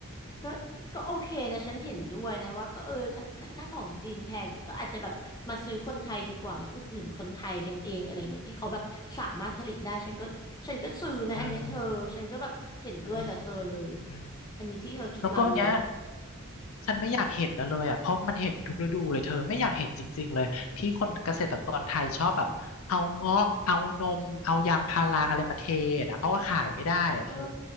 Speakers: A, on the left; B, on the left.
A: ก็ก็โอเคนะฉันเห็นด้วยนะว่าก็เออถ้าถ้าถ้าของจีนแพงเนี่ยก็อาจจะแบบมาซื้อคนไทยดีกว่ามาอุดหนุนคนไทยกันเองอะไรเนี่ยที่เขาแบบสามารถผลิตได้ฉันก็ฉันก็ซื้อนะอันเนี้ยเธอฉันก็แบบเห็นด้วยกับเธอเลย
B: อ่าใช่อืม
A: อันนี้ที่เธอคิดมาเวิร์ก
B: แล้วก็อันเนี้ยฉันไม่อยากเห็นนะเลยอ่ะเพราะมันเห็นทุกฤดูเลยเธอไม่อยากเห็นจริงๆเลยที่คนเกษตรกรไทยชอบแบบเอาเงาะเอานมเอายางพาราอะไรมาเทนะเพราะว่าขายไม่ได้อ่ะเธอ
A: เออ